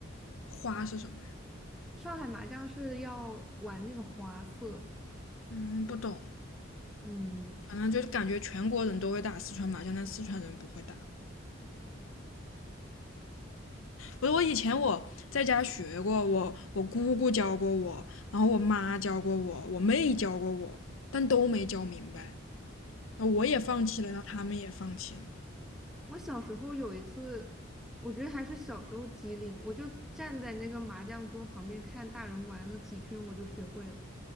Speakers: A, on the left; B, in the centre.
A: 花是什么呀？
B: 上海麻将是要玩那个花色。
A: 嗯，不懂。
B: 嗯，
A: 反正就是感觉全国人都会打四川麻将，但四川人不会打。不是我以前我在家学过，我我姑姑教过我，然后我妈教过我，我妹教过我，但都没教明白。那我也放弃了，然后他们也放弃了。
B: 我小时候有一次，我觉得还是小时候机灵，我就站在那个麻将桌旁边看大人玩了几圈，我就学会了。